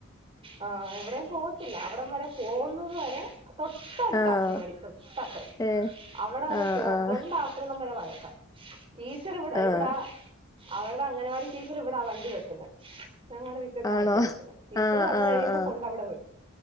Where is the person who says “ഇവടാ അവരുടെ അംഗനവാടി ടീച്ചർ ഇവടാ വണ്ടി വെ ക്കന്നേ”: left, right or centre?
Right